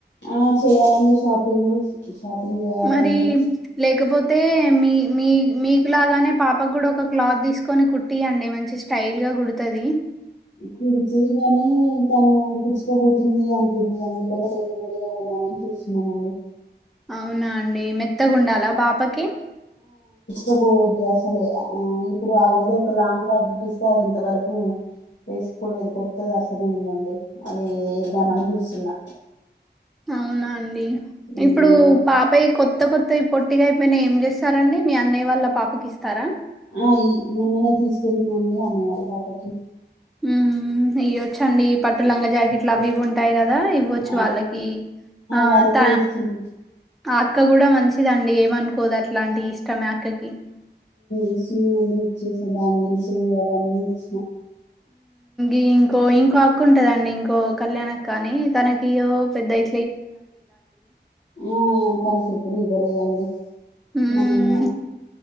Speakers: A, on the left; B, in the centre.
A: ఆ చేయ్యాలండి షాపింగ్ షాపింగ్ చేయాలండి
B: మరి లేకపోతే మీ మీ మీకులాగానే పాపకు కూడా ఒక క్లాత్ తీసుకొని కుట్టియండి మంచి స్టైల్ గా కుడుతది
A: కుడుతది గాని తను కుచ్చుకబోతుంది అంటుంది అందుకని రెడీమేడ్ గా కొన్నా భోజనం చేస్తున్నానండి
B: అవునా అండి మెత్తగా ఉండాలా పాపకి
A: వద్దు అసలే ఆ ఇప్పుడు ఆల్రెడీ ఒక లాంగ్ ఫ్రాక్ కుట్టిస్తే అది ఇంతవరకు వేసుకోలేదు కొత్తది అట్లనే ఉందండి అది ఏద్దామని చూస్తున్నా
B: అవునా అండి
A: ఉమ్,
B: ఇప్పుడు
A: నేను
B: పాపయి కొత్త కొత్త కొత్తవి పొట్టిగా అయిపోయినా ఏం చేస్తారండి మీ అన్నయ వాళ్ళ పాపకి ఇస్తారా
A: ఆ మొన్ననే తీసుకెళ్ళింది అన్నయ్య వాళ్ళ పాపకి
B: హ్హ్ వేయ్యొచ్చండి పట్టులంగ జాకెట్లు అవి ఇవి ఉంటాయి వారికి ఇవ్వచ్చు
A: ఆ
B: వాళ్ళకి ఆ
A: వాళ్ళకే
B: త
A: ఇస్తున్నా
B: ఆ అక్క కూడా మంచిదండి ఏమనుకోదు అట్లా అంటి ఇష్టమే అక్కకి
A: ఇస్తున్నా అండి ఇచ్చేసా బాంగిల్స్ అవన్నీ ఇచ్చిన
B: ఇ ఇంకో ఇంకో అక్క ఉంటదండి ఇంకో కళ్యాణ్ అక్క అని తనకిో పెద్దయి
A: ఆ తనకి ఎప్పుడు ఇవ్వాళేదండి
B: మ్మ్
A: మనము